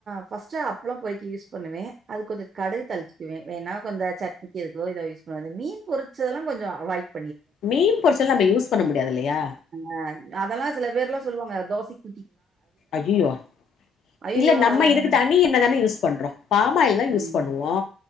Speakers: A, on the right; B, on the left.
A: ஃபர்ஸ்ட்ட அப்பலோ பொறிக்க யூஸ் பண்ணுவே அது கொஞ்சோ கடுகு தளிச்சிக்குவே வேணா கொஞ்சோ சட் நிக்கதுக்கோ இத யூஸ் பண்ணுவாது அந்த மீன் பொறிச்சதெல்லா கொஞ்சோ அவாட்
B: மீன் பொருச்சத்தல்லா நம்ம யூஸ் பண்ண முடியாது இல்லயா
A: ஆ அதெல்லா சில பேர் எல்லா சொல்லுவாங்க தோசைக்
B: ஐய்யயோ
A: ஐயய்யோ!
B: இல்ல நம்ம
A: அதெல்லாம்
B: இதுக்கு
A: வே
B: தனி எண்ணெ தானே யூஸ் பண்றோ ஃபாம்ஆயில் தா யூஸ்
A: ம்.
B: பண்ணுவோ